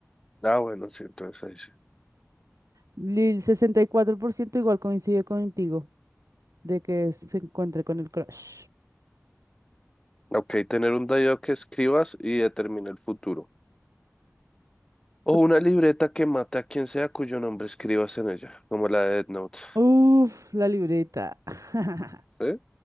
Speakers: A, on the left (about 15°); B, on the right (about 85°).
A: Ah, bueno, sí, entonces ahí sí.
B: Y El 64% igual coincide contigo de que se encuentre con el crush.
A: Ok, tener un diario que escribas y determine el futuro. O
B: Ot-
A: una libreta que mate a quien sea cuyo nombre escribas en ella, como la de Death Note.
B: Uf, la libreta. <laughs>
A: ¿Eh?